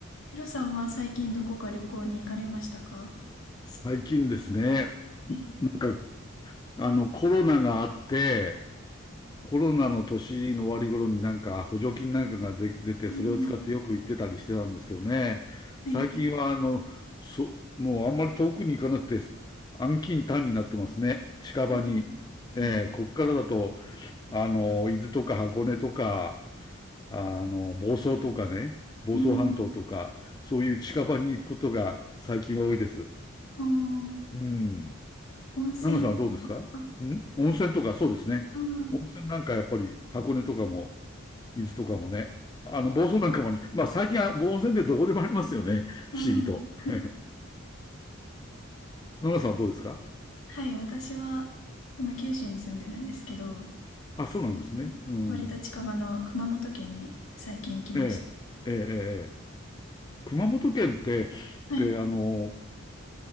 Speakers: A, on the left; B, on the left.
A: ヒロさんは最近どこか旅行に行かれましたか
B: 最近ですね、
A: はい。
B: なんか、あの、コロナがあって、コロナの年の終わり頃になんか補助金なんかがで出て、
A: うん。
B: それを使ってよく行ってたりしてたんですけどね、
A: はい。
B: 最近はあの、そ、もうあんまり遠くに行かなくて、安近短になってますね、近場に。
A: うんはい。
B: えーこっからだと、あの、伊豆とか箱根とか、あの、房総とかね、房総半島とか、
A: うん。
B: そういう近場に行くことが最近は多いです。
A: ああ、
B: うん。
A: 温泉とかね。
B: ナナさんはどうですかん温泉とかそうですね。
A: あ、あ
B: 温泉なんかやっぱり箱根とかも、伊豆とかもね。あの、房総なんかもね。まあ最近はもう温泉でどこでもありますよね。不思議と。
A: あ、ああ。
B: <laughs> ナナさんはどうですか
A: はい。私は、今、九州に住んでるんですけど、
B: あ、そうなんですね。
A: その
B: うん。
A: 割と近場の熊本県に最近行きました。
B: ええ、ええ、ええ。ええ熊本県って、
A: はい。
B: で、あの、